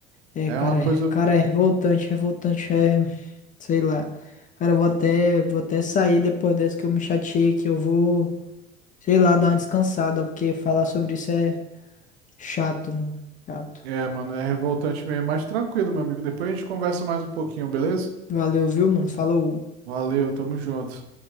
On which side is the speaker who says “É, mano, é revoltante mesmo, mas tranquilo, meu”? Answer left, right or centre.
Right